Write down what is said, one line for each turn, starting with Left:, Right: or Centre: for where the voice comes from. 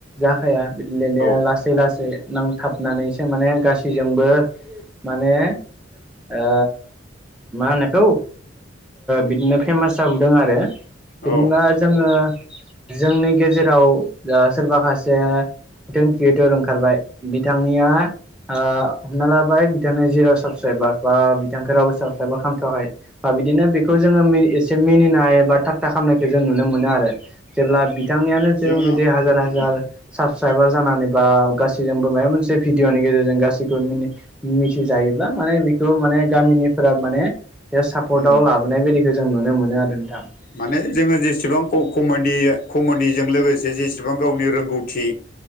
Centre: जाखाया बिदिनो
Left: औ
Centre: लासै लासै नांथाबनानैसो माने गासैजोंबो माने ओ मा होनोखौ ओ बिदिनो फेमास जाबोदों आरो। बिदिबा
Left: औ
Centre: जोङो जोंनि गेजेराव दा सोरबा खासे बिथां क्रियेटर ओंखारबाय बिथांनिया ओ हमना लाबाय बिथांनो जिर' साबसक्राइबार बा बिथांखौ राव बो खालामथ'वाखै बा बिदिनो बेखौ जोङो एसे मिनिनाय एबा थाथा खालामनायखौ जों नुनो मोनो आरो। जेब्ला बिथांनियानो जों
Left: जोङो
Centre: जुदि हाजार हाजार
Left: उम
Centre: साबसक्राइबार जानानै बा गा सैजोंबो माबा मोनसे भिडिअनि गेजेरजों गसिखौ मिथियोब्ला माने बेखौ माने गामिनि फोरा माने बे सापर्टआव
Left: उम
Centre: लाबोनाय बायदिखौ जों नुनो मोनो आरो नोंथां।
Left: माने जेबो जेसेबां कमेडि कमेडिजों लोगोसे जेसेबां गावनि रोंगौथि